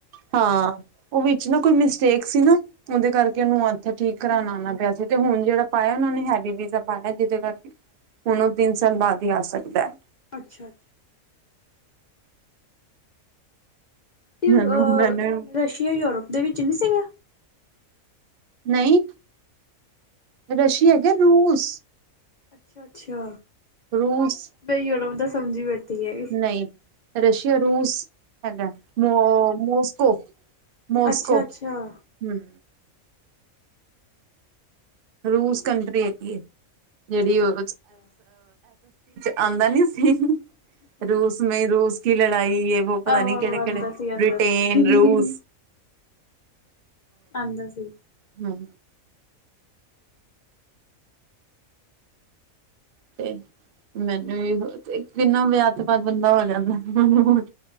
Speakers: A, on the right (about 60°); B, on the left (about 60°).
A: ਹਾਂ ਓ ਵਿੱਚ ਨਾ ਕੋਈ ਮਿਸਟੇਕ ਸੀ ਨਾ। ਉਹਦੇ ਕਰਕੇ ਉਹਨੂੰ ਹੱਥ ਠੀਕ ਕਰਾਉਣਾ ਆਉਣਾ ਪਿਆ, ਸੀ, ਪਰ ਤੇ ਹੁਣ ਜਿਹੜਾ ਪਾਇਆ ਉਹ ਨੇ, ਹੈਵੀ ਵੀਜ਼ਾ ਪਾਇਆ ਜਿਹਦੇ ਕਰਕੇ ਹੁਣ ਉਹ ਤਿੰਨ ਸਾਲ ਬਾਅਦ ਹੀ ਆ ਸਕਦਾ ਹੈ।
B: ਅੱਛਾ, ਅਤੇ
A: ਮੈਨੂੰ
B: ਉਹ
A: ਮੈਨੂੰ
B: ਰਸ਼ੀਆ ਯੂਰਪ ਦੇ ਵਿੱਚ ਨਹੀਂ ਸੀਗਾ?
A: ਨਹੀਂ ਰਸ਼ੀਆ
B: ਅੱਛਾ।
A: ਹੈਗਾ ਰੂਸ
B: ਅੱਛਾ, ਅੱਛਾ।
A: ਰੂਸ
B: ਮੈਂ ਯੂਰੋਪ ਦਾ ਸਮਝੀ ਬੈਠੀ, ਹੈ।
A: ਨਹੀਂ ਰਸ਼ੀਆ ਰੂਸ ਹੈਗਾ, ਮੋਸਕੋ ਮੋਸਕੋ
B: ਅੱਛਾ
A: ਹੂੰ,
B: ਅੱਛਾ।
A: ਰੂਸ ਕੰਟਰੀ ਹੈਗੀ ਹੈ ਜਿਹੜੀ
B: ਅੱਛਾ
A: ਐ,
B: ਅੱਛਾ
A: ਆਉਂਦਾ ਨਹੀਂ ਸੀ, ਰੂਸ ਮੈ ਰੂਸ ਕੀ ਲੜਾਈ। ਪਤਾ
B: ਆਹੋ
A: ਨੀ
B: ਆਹੋ
A: ਕਿਹੜੇ, ਕਿਹੜੇ
B: ਆਂਦਾ ਸੀ ਆਂਦਾ
A: ਬ੍ਰਿਟੇਨ
B: ਸੀ
A: ਰੂਸ
B: ਆਉਂਦਾ ਸੀ।
A: ਹੂੰ, ਤੇ ਮੈਨੂੰ ਕਿੰਨਾ ਵਿਆਹ ਤੋ ਬਾਦ ਬੰਦਾ ਹੋ, ਜਾਂਦਾ। ਮੈਨੂੰ